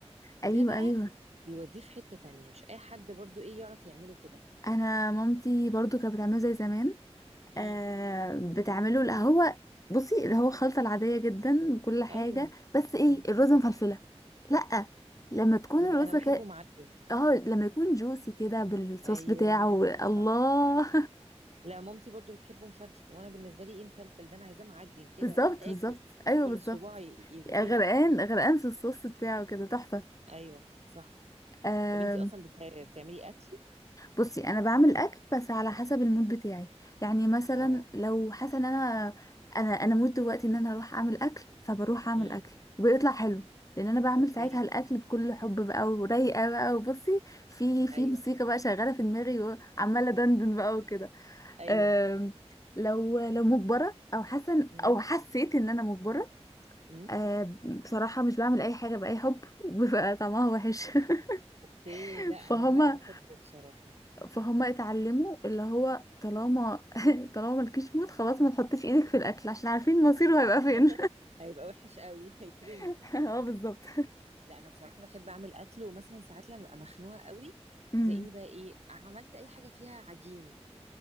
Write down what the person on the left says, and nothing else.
ايوه
ايوه
انا مامتي برضو كانت بتعمله زي زمان
آه بتعمله لا هو بصي اللي هو الخلطة العادية جدا وكل حاجة
بس ايه
الرز مفلفلة لأ لما تكون
الرز
كده
اه لما يكون جوسي كده بالصوص
بتاعه
الله
<laughs>
بالظبط
بالظبط
ايوه بالظبط
غرقان غرقان في الصوص بتاعه كده تحفة
آم،
بصي انا بعمل اكل بس على حسب المود بتاعي يعني مثلا
لو حاسه ان انا انا انا مود دلوقتي ان انا اروح اعمل اكل فبروح اعمل
اكل وبيطلع حلو لان انا بعمل
ساعتها الاكل بكل حب بقى ورايقه بقى وبصي في في
موسيقى بقى شغاله في دماغي وعماله دندن بقى وكده
أم، لو لو مجبره او حاسه إن-
او حسيت ان انا مجبره
أم، بصراحه مش بعمل اي حاجه باي حب وبيبقى طعمها وحش <laughs>
فهما
فهم اتعلموا اللي هو طالما <laughs> طالما مالكيش موت خلاص ما تحطيش ايدك في الاكل عشان عارفين مصيره هيبقى
فين
<laughs> اه بالظبط
أمم.